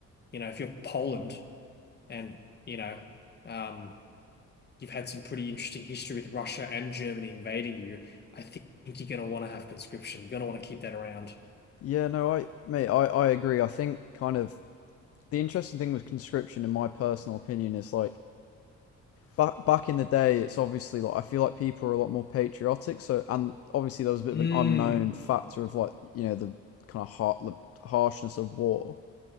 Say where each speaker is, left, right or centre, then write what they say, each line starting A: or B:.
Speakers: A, on the left; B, on the left.
A: you know, if you're Poland and you know, um, you've had some pretty interesting history with Russia and Germany invading you, I think you're going to want to have conscription. You're going to want to keep that around.
B: Yeah, no, I mate, I, I agree. I think kind of the interesting thing with conscription, in my personal opinion, is like back back in the day, it's obviously like I feel like people are a lot more patriotic. So and obviously there was a bit
A: Mm,
B: of an unknown factor of like you know the kind of har the harshness of war.